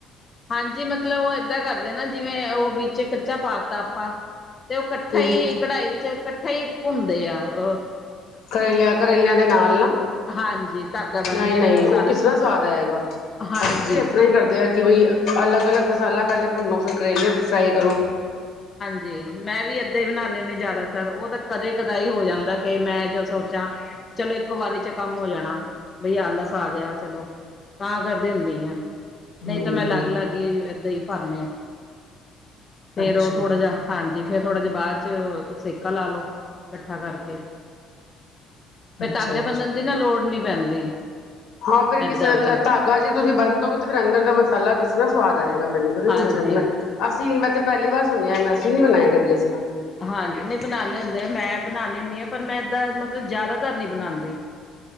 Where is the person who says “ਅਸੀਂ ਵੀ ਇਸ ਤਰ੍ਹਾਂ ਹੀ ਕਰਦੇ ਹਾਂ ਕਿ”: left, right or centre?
Left